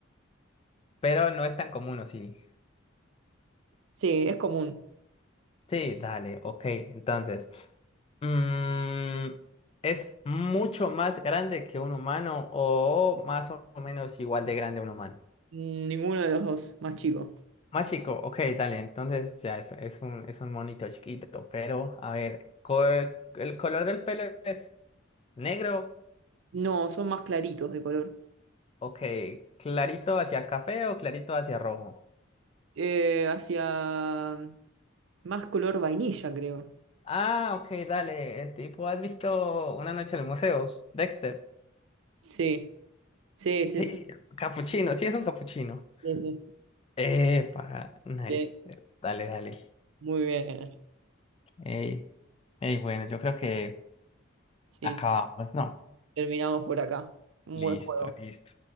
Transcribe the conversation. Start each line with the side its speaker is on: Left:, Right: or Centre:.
Left: pero no es tan común, ¿o sí?
Right: Sí, es común.
Left: Sí, dale, ok. Entonces, mm, ¿es mucho más grande que un humano o más o menos igual de grande a un humano?
Right: Ninguno de los dos, más chico.
Left: Más chico, ok, dale. Entonces ya es, es un, es un monito chiquito, pero a ver, co- ¿el color del pelo es negro?
Right: No, son más claritos de color.
Left: Ok, ¿clarito hacia café o clarito hacia rojo?
Right: eh, hacia más color vainilla, creo.
Left: Ah, ok, dale. El tipo, ¿has visto Una noche en el museo? Dexter.
Right: Sí, sí, sí,
Left: Sí,
Right: sí,
Left: capuchino, sí es un capuchino.
Right: sí, sí.
Left: Epa, nice.
Right: Bien,
Left: Dale, dale.
Right: muy bien.
Left: Ey, ey, bueno, yo creo que
Right: Sí,
Left: acabamos,
Right: sí.
Left: ¿no?
Right: Terminamos por acá. Un
Left: Listo,
Right: buen juego.
Left: listo.